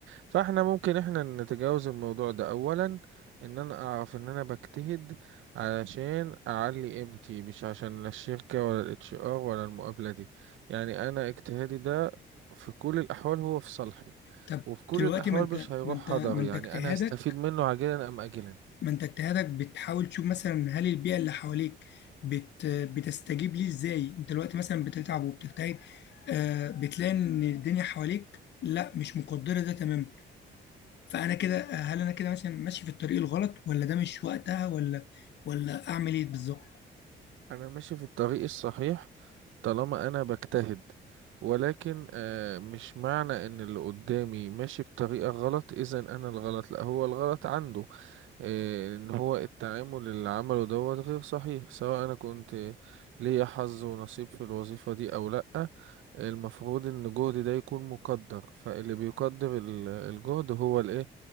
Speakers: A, on the right (about 75°); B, on the left (about 60°).
A: فاحنا ممكن احنا نتجاوز الموضوع ده اولا ان انا اعرف ان انا بجتهد علشان اعلي قيمتي مش عشان لا الشركة ولا الاتش ار ولا المقابلة دي يعني انا اجتهادي ده في كل الاحوال هو في صالحي
B: طب
A: وفي كل
B: دلوقتي
A: الاحوال
B: ما انت
A: مش هيروح
B: ما انت ما
A: هدر
B: انت
A: يعني
B: اجتهادك
A: انا هستفيد منه عاجلا ام اجلا
B: ما انت اجتهادك بتحاول تشوف مثلا هل البيئه اللي حواليك بت بتستجيب ليه ازاي انت دلوقتي مثلا بتتعب وبتجتهد آه، بتلاقي ان الدنيا حواليك لا مش مقدره ده تماما فانا كده هل انا كده مثلا ماشي في الطريق الغلط ولا ده مش وقتها ولا ولا اعمل ايه بالظبط
A: انا ماشي في الطريق الصحيح طالما انا بجتهد ولكن آه، مش معنى ان اللي قدامي ماشي بطريقة غلط اذا انا الغلط لا هو الغلط عنده إيه، ان هو التعامل اللي عمله دوت غير صحيح سواء انا كنت ليا حظ ونصيب في الوظيفة دي او لأ المفروض ان جهدي ده يكون مقدر فاللي بيقدر ال- الجهد هو الايه